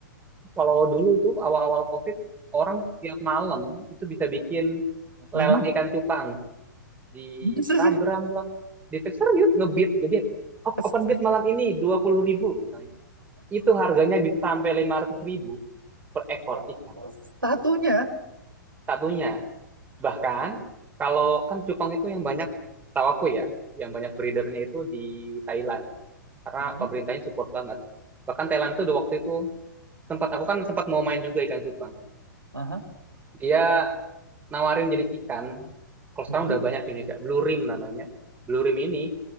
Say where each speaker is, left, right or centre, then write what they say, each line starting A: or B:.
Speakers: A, on the right; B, on the right.
A: kalau dulu tuh awal-awal covid orang tiap malam itu bisa bikin
B: Mhm.
A: lelang ikan cupang di
B: Bisa
A: Instagram
B: sih.
A: lah di Twitter serius ngebit jadi oh,
B: Astaga.
A: open bid malam ini dua puluh ribu misalnya itu harganya bisa sampai lima ratus ribu per ekor
B: <laughs>
A: ikan
B: Satunya.
A: satunya bahkan kalau kan cupang itu yang banyak tahu aku ya yang banyak breedernya itu di Thailand karena
B: Aha,
A: pemerintahnya support banget bahkan Thailand tuh di waktu itu sempat aku kan sempat mau main juga ikan cupang
B: aha.
A: dia nawarin jenis ikan kalau
B: Mhm,
A: sekarang udah banyak di Indonesia blue rim namanya blue rim ini